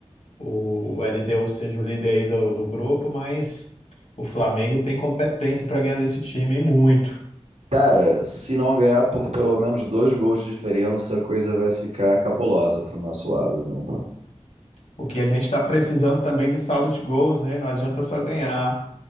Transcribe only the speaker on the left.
o LDU seja o líder aí do, do grupo, mas o Flamengo tem competência para ganhar desse time e muito.
O que a gente está precisando também de saldo de gols, né? Não adianta só ganhar.